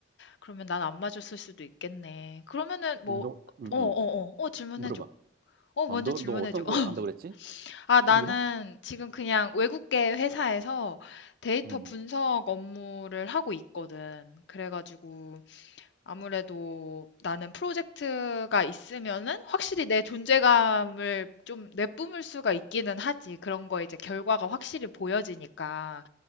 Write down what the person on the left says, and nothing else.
그러면 난 안 맞았을 수도 있겠네. 그러면은 뭐
어 어어.
어 질문해
줘. 어
먼저
질문해
줘. <laughs>
아 나는
지금 그냥 외국계 회사에서 데이터
분석 업무를 하고 있거든. 그래 가지고 아무래도 나는 프로젝트가 있으면은 확실히 내 존재감을 좀 내뿜을 수가 있기는 하지. 그런 거에 이제 결과가 확실히 보여지니까.